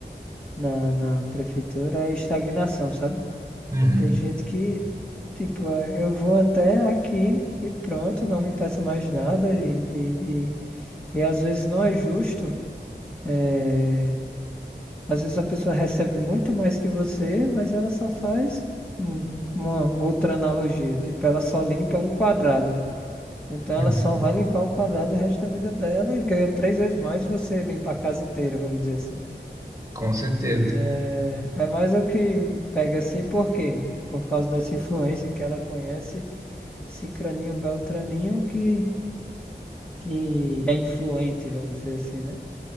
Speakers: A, in the centre; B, on the right.
A: na, na prefeitura é a estagnação, sabe?
B: Uhum.
A: Tem gente que, tipo, é, eu vou até aqui e pronto, não me peça mais nada e, e, e, e às vezes não é justo. é, Às vezes a pessoa recebe muito mais que você, mas ela só faz hum, uma outra analogia. Tipo, ela só limpa um quadrado. Então ela
B: Uhum.
A: só vai limpar o quadrado o resto da vida dela e ganha três vezes mais você limpar a casa inteira, vamos dizer assim.
B: Com certeza.
A: É, é mais o que pega assim, por quê? Por causa dessa influência que ela conhece, Cicraninho Beltraninho, que, que é influente, vamos dizer assim, né?